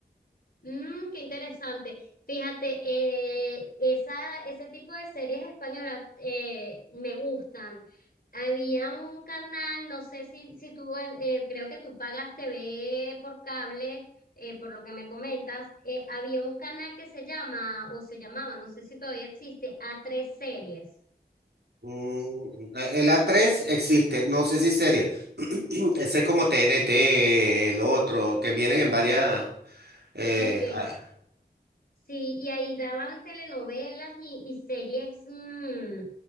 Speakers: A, on the left; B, on the right.
A: Mm, qué interesante. Fíjate, eh, esa, ese tipo de series españolas eh, me gustan. Había un canal, no sé si, si tú, eh, creo que tú pagas TV por cable, eh, por lo que me comentas. Eh, había un canal que se llama, o se llamaba, no sé si todavía existe, a tres Series.
B: Mm, el a tres existe, no sé si sería. <clears throat> Ese es como TNT, el otro, que vienen en varias... eh,
A: Ok,
B: a
A: Sí, y ahí daban telenovelas y, y series, mm,